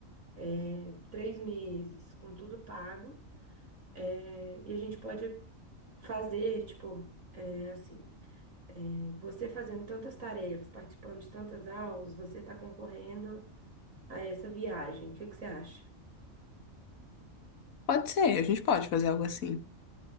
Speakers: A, on the right; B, on the left.
A: é, três meses, com tudo pago. é, e a gente pode fazer, tipo, é, assim, você fazendo tantas tarefas, participando de tantas aulas, você está concorrendo a essa viagem. O que que você acha?
B: Pode ser, a gente pode fazer algo assim.